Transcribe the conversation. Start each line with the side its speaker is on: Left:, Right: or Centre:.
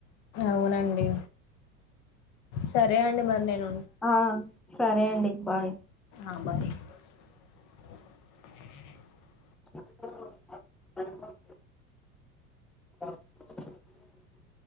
Left: అవునండి. సరే అండి మరి నేను
Centre: ఆ సరే అండి బాయ్
Left: ఆ బాయ్ అ <inaudible>
Centre: ఎప్పుడో <unintelligible> అ <unintelligible>